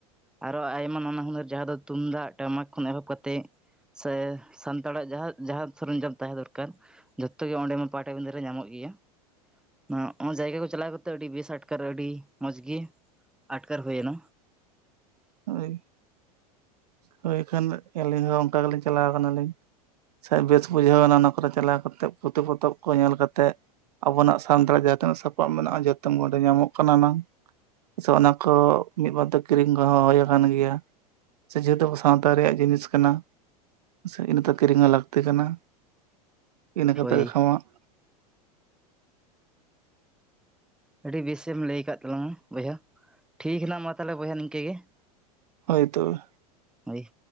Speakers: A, in the centre; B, on the right (about 80°).
A: ᱟᱨᱦᱚ ᱟᱭᱢᱟ ᱱᱟᱱᱟ ᱦᱩᱱᱟᱹᱨ ᱡᱟᱦᱟ ᱫᱚ ᱛᱩᱢᱫᱟᱜ ᱴᱟᱢᱟᱠ ᱠᱷᱚᱱ ᱮᱦᱚᱵ ᱠᱟᱛᱮᱫ ᱥᱮ ᱥᱟᱱᱛᱟᱲᱟᱜ ᱡᱟᱦᱟᱸ ᱡᱟᱦᱟᱸ ᱥᱚᱨᱚᱢᱡᱟᱢ ᱛᱟᱦᱮᱸ ᱫᱚᱨᱠᱟᱨ ᱡᱷᱚᱛᱚ ᱜᱮ ᱚᱸᱰᱮ ᱢᱟ ᱯᱟᱴᱟᱵᱤᱸᱫᱟᱹ ᱨᱮ ᱧᱟᱢᱚᱜ ᱜᱮᱭᱟ᱾ ᱚᱱᱟ ᱚᱱᱟ ᱡᱟᱭᱜᱟ ᱠᱚ ᱪᱟᱞᱟᱣ ᱠᱟᱛᱮᱜ ᱟᱹᱰᱤ ᱵᱮᱥ ᱟᱴᱠᱟᱨ ᱟᱹᱰᱤ ᱢᱚᱸᱡᱽ ᱜᱮ ᱟᱴᱠᱟᱨ ᱦᱩᱭᱱᱟ᱾
B: ᱦᱳᱭ ᱦᱳᱭ ᱠᱷᱟᱱ ᱟᱹᱞᱤᱧ ᱦᱚᱸ ᱚᱱᱠᱟ ᱜᱮᱞᱤᱧ ᱪᱟᱞᱟᱣ ᱠᱟᱱᱟᱞᱤᱧ᱾ ᱥᱮ ᱵᱮᱥ ᱵᱩᱡᱷᱟᱹᱣᱱᱟ ᱚᱱᱟ ᱠᱚᱨᱮ ᱪᱟᱞᱟᱣ ᱠᱟᱛᱮᱫ ᱯᱩᱛᱷᱤ ᱯᱚᱛᱚᱵ ᱠᱚ ᱧᱮᱞ ᱠᱟᱛᱮᱫ᱾ ᱟᱵᱚᱱᱟᱜ ᱥᱟᱱᱛᱟᱲᱟᱜ ᱡᱟᱸᱦᱟ ᱛᱤᱱᱟᱹᱜ ᱥᱟᱯᱟᱵ ᱢᱮᱱᱟᱜᱼᱟ ᱡᱷᱚᱛᱚᱢ ᱚᱰᱮ ᱧᱟᱢᱚᱜ ᱠᱟᱱᱟ ᱱᱟᱜ᱾ ᱥᱮ ᱚᱱᱟ ᱠᱚ ᱢᱤᱫ ᱵᱟᱨ ᱫᱚ ᱠᱤᱨᱤᱧ ᱫᱚᱦᱚᱸ ᱦᱳᱭᱳᱜ ᱠᱟᱱ ᱜᱮᱭᱟ ᱥᱮ ᱡᱮᱦᱩᱛᱩ ᱥᱟᱶᱛᱟ ᱨᱮᱭᱟᱜ ᱡᱤᱱᱤᱥ ᱠᱟᱱᱟ᱾ ᱥᱮ ᱤᱱᱟᱹᱛᱮ ᱠᱤᱨᱤᱧ ᱦᱚᱸ ᱞᱟᱹᱠᱛᱤ ᱠᱟᱱᱟ ᱤᱱᱟᱹ ᱠᱟᱛᱮ
A: ᱦᱳᱭ
B: ᱜᱮ ᱠᱷᱟᱢᱟᱜ-
A: ᱟᱹᱰᱤ ᱵᱮᱥᱮᱢ ᱞᱟᱹᱭ ᱟᱠᱟᱫ ᱛᱟᱞᱟᱝᱟ ᱵᱚᱭᱦᱟ ᱴᱷᱤᱠ ᱦᱮᱱᱟᱜ ᱢᱟ ᱛᱟᱦᱚᱞᱮ ᱵᱚᱭᱦᱟ ᱱᱤᱝᱠᱟᱹ ᱜᱮ᱾
B: ᱦᱳᱭ ᱛᱚᱵᱮ᱾
A: ᱦᱳᱭ᱾